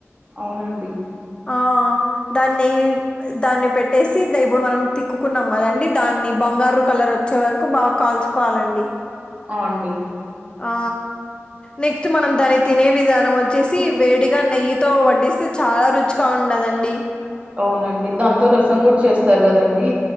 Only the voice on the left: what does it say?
ఆ దాన్ని దాన్ని పెట్టేసి ద ఇప్పుడు మనం తిక్కుకున్నాం కదండి, దాన్ని బంగారు కలర్ వచ్చే వరకు బాగ కాల్చ్ కోవాలండి.
ఆ నెక్స్ట్ మనం దాన్ని తినే విధానం వచ్చేసి, వేడిగా నెయ్యి తో వడ్డిస్తే చాలా రుచిగా ఉండదండి.